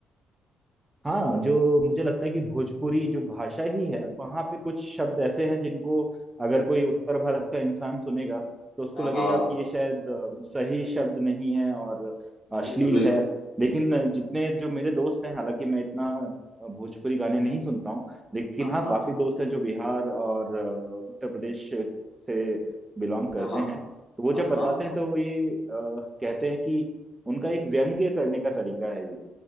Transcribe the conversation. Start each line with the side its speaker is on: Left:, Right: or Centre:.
Right: हाँ जो मुझे लगता है कि भोजपुरी जो भाषा ही है वहाँ पे कुछ शब्द ऐसे हैं जिनको अगर कोई उत्तर भारत का इंसान सुनेगा तो उसको
Left: हाँ
Right: लगेगा
Left: हाँ
Right: कि ये शायद अ, सही शब्द नहीं है और अश्लील
Left: बिल्कुल बिल्कुल
Right: है लेकिन जितने जो मेरे दोस्त हैं हालांकि मैं इतना अ, भोजपुरी गाने नहीं सुनता हूँ लेकिन
Left: हाँ
Right: हाँ
Left: हाँ
Right: काफी दोस्त हैं जो बिहार और अ, उत्तर प्रदेश से बिलोंग करते
Left: हाँ हाँ
Right: हैं तो वो
Left: हाँ
Right: जब बताते
Left: हाँ
Right: हैं तो ये अ, कहते हैं कि उनका एक व्यंग्य करने का तरीका है ये